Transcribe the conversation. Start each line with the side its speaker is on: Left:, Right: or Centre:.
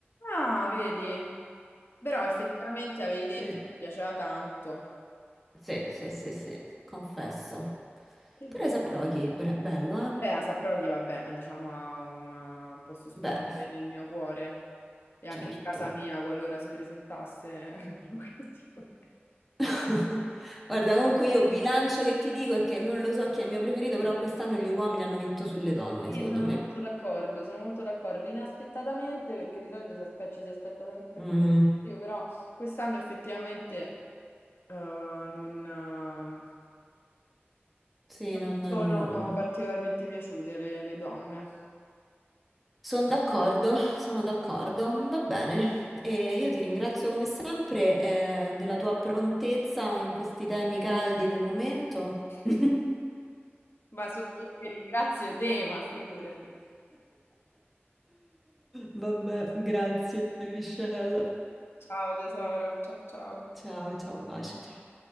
Left: Ah, vedi? Però effettivamente avevi detto
Centre: Sì,
Left: che ti piaceva tanto.
Centre: sì, sì, sì, sì, confesso.
Left: Che
Centre: Però
Left: dici?
Centre: Saproghi, bre- bello, eh?
Left: Beh, a Saproghi, vabbè, diciamo ha un, un posto speciale
Centre: Beh,
Left: nel mio cuore e anche
Centre: certo.
Left: in casa mia qualora si presentasse <laughs> l'occasione.
Centre: <laughs> Guarda, comunque io bilancio che ti dico è che non lo so chi è il mio preferito, però quest'anno gli uomini hanno vinto sulle donne,
Left: Sì,
Centre: secondo
Left: sono
Centre: me.
Left: molto d'accordo, sono molto d'accordo. Inaspettatamente, perché di solito si aspe- ci si aspetta sempre
Centre: Mm,
Left: il contrario, però quest'anno effettivamente eh, non, eh,
Centre: sì,
Left: non
Centre: non
Left: mi sono
Centre: hanno...
Left: particolarmente piaciute le le donne.
Centre: Sono d'accordo, sono d'accordo. Va bene. E io ti ringrazio come sempre, eh, della tua prontezza in questi temi caldi del momento.
Left: <laughs>
Centre: <laughs>
Left: Ma sono io che ringrazio te, ma figurati.
Centre: Vabbè, grazie, Michelle.
Left: Ciao tesoro, ciao ciao.
Centre: Ciao, ciao, un bacio, ciao.